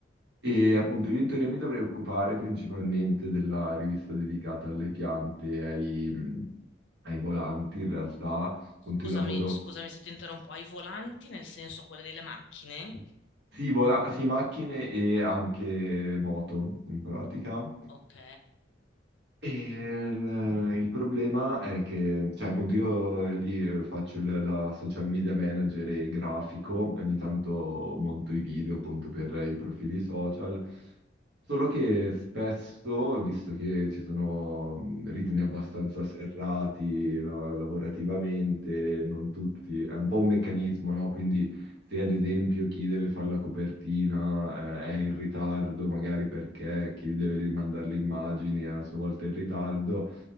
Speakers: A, on the right; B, on the left.
A: E appunto io in teoria mi dovrei occupare principalmente della rivista dedicata alle piante e ai, mm, ai volanti, in realtà, appunto
B: Scusami,
A: io lavoro...
B: scusami se ti interrompo, ai volanti nel senso quelle delle macchine?
A: Sì, vola- sì, macchine e anche moto in pratica.
B: Ok.
A: E il, il problema è che, cioè, appunto, io lì eh, faccio il, da social media manager e grafico, ogni tanto monto i video appunto per i profili social. Solo che spesso, visto che ci sono mh, ritmi abbastanza serrati la- lavorativamente, non tutti, è un po' un meccanismo, no? Quindi se ad esempio chi deve fare la copertina, eh, è in ritardo, magari perché chi deve mandare le immagini è a sua volta in ritardo,